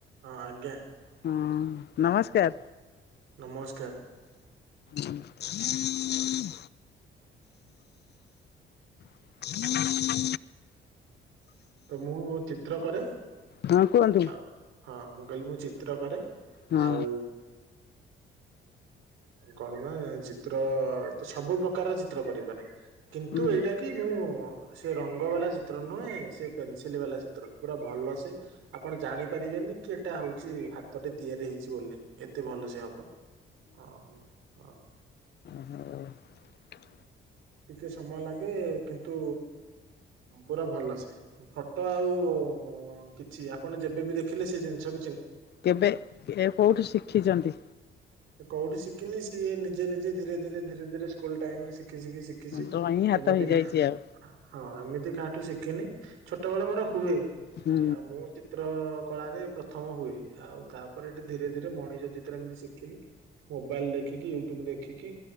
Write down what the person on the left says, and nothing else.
ହଁ ନମସ୍କାର।
<inaudible> <inaudible>
ହଁ କୁହନ୍ତୁ
ହଁ
ହୁଁ
ହୁଁ।
କେବେ ଏ କୋଉଠି ଶିଖିଛନ୍ତି?
ଡଇଁ ହାତ
ହେଇଯାଇଛି
ଆଉ
ହୁଁ